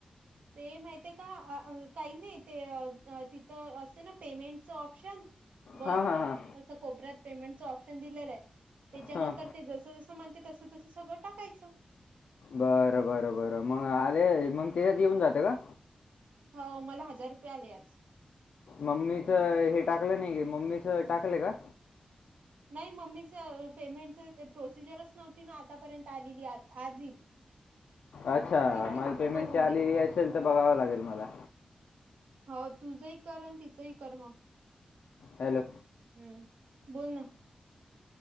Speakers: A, on the right; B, on the left.
A: ते माहित आहे का काही नाही ते तिथं असते ना पेमेंटचं ऑप्शन वर
B: हां हां हां
A: अस कोपऱ्यात पेमेंटच ऑपशन दिलेलं आहे त्याच्यानंतर
B: हां
A: ते जस जसं म्हणते तस तसं सगळं टाकायचं
B: बरं बरं बरं मग आले मग त्याच्यात येऊन जाते का
A: हो मला हजार रुपये आले आज
B: मम्मीच हे टाकलं नाही की मम्मीच टाकलं का
A: नाही मम्मीच पेमेंटच ते प्रोसिजरच नव्हती ना आतापर्यंत आलेली आज
B: अच्छा
A: तिलाही
B: मला
A: तिचं
B: पेमेंट
A: करून दे
B: आली असेल तर बघावं लागेल मला
A: हो तुझं एक करण तिचंही कर्म
B: हॅलो
A: हम् बोल ना